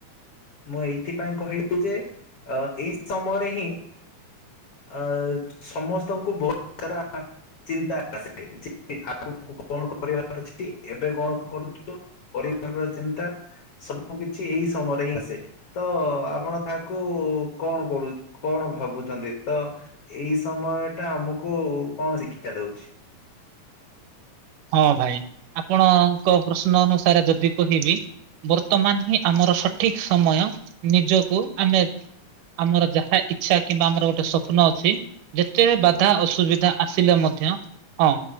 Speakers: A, on the left; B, on the right.
A: ମୁଁ ଏଇଥିପାଇଁ କହିଲି ଯେ ଅ ଏଇ ସମୟରେ ହିଁ ଅ ସମସ୍ତଙ୍କୁ ବୋହୁତ ସାରା ଚିନ୍ତା ଆସେ ଯେ ଆଗକୁ କଣ କରିବାର ଅଛି ଏବେ କଣ କରୁଚୁ ପରିବାରର ଚିନ୍ତା ସବୁକିଛି ଏଇ ସମୟରେ ହିଁ ଆସେ ତ ଆପଣ ତାହାକୁ ଉ କଣ କରୁ କଣ ଭାବୁଚନ୍ତି ତ ଏଇ ସମୟଟା ଆମକୁ କଣ ଶିକ୍ଷା ଦୋଉଛି।
B: ହଁ ଭାଇ ଆପଣଙ୍କ ପ୍ରଶ୍ନ ଅନୁସାରେ ଯଦି କହିବି ବର୍ତ୍ତମାନ ହିଁ ଆମ ଆର ସଠିକ ସମୟ ନିଜକୁ ଆମେ ଆମର ଯାହା ଇଚ୍ଛା କିମ୍ବା ଆମର ଗୋଟେ ସ୍ୱପ୍ନ ଅଛି ଯେତେବି ବାଧା ଅସୁବିଧା ଆସିଲେ ମ ଧ୍ୟ ହଁ